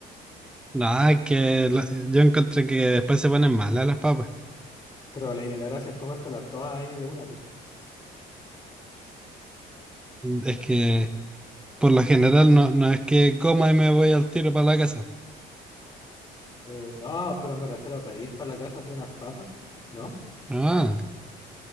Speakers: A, in the centre; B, on the left.
A: No, es que la- yo encontré que después se ponen malas las papas.
B: Pero la, la gracia es comértelas todas ahí de una, po.
A: Es que por lo general no, no es que coma y me voy al tiro para la casa.
B: Eh, no, pero me refiero a pedir para la casa así unas papas, ¿no?
A: Ah.